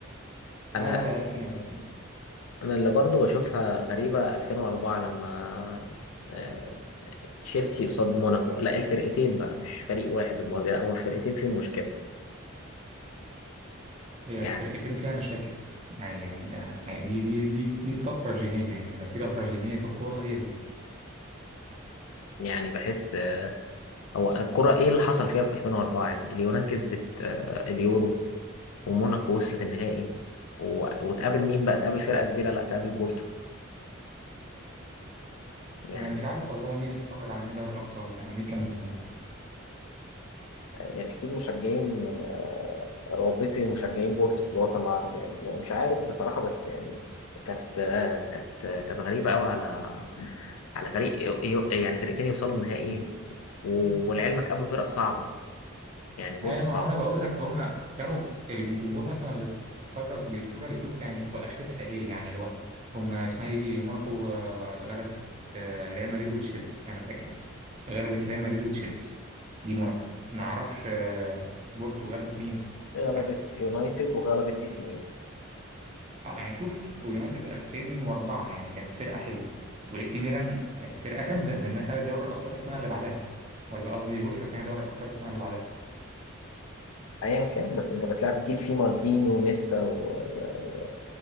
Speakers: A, on the left; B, on the right.
A: انا
B: لا لا لا العيب فينا العيب فينا
A: انا اللي برضو بشوفها غريبة 2004 لما آه، تشيلسي قصاد موناكو لا الفرقتين بقى مش فريق واحد المرة دي لا هو الفرقتين فيهم مشكلة
B: هي
A: يعني
B: فرقتين فيها مشاكل يعني يعني ده دي دي دي دي الطفرة الجينية يعني لو في طفرة جينية في الكورة هي دي
A: يعني بحس آه، هو الكرة ايه اللي حصل فيها في 2004 يعني اليونان كسبت آه، اليورو وموناكو وصلت النهائي و- وتقابل مين بقى تقابل فرقة كبيرة لا تقابل بورتو يعني
B: انا مش عارف والله مين اتفرج على نهائي دوري الابطال ده يعني مين كان مهتم
A: يعني اكيد مشجعين آه، رابطي مشجعين بورتو في الوطن العربي يعني يعني مش عارف بصراحه بس يعني كانت آه، كانت آه، كانت غريبه قوي على على فريق يو- يو- يعني فرقتين يوصلوا النهائي و- ولعلمك قابلوا فرق صعبه يعني بورتو
B: ايوه ما
A: صلب
B: هو انا بقول لك هما كانوا الجمهور مثلا اللي اتفرج بيتفرج يشوف يعني واخرتها ايه يعني اللي هو هما اسمها ايه دي موناكو آه، غلبت آه، ريال مدريد وتشيلسي انا فاكر غلبت ريال مدريد وتشيلسي دي موناكو ما اعرفش آه، بورتو غلبت مين
A: غلبت
B: بس
A: يونايتد وغلبت اي سي ميلان
B: اه يعني شوف ويونايتد 2004 يعني كانت فرقه حلوه واي سي ميلان كانت فرقه جامده لانها خدت دوري الابطال السنه اللي بعدها ولا قصدي وصلت نهائي دوري الابطال السنه اللي بعدها
A: ايا كان بس انت بتلعب جيل فيه مالديني ونيستا ويعني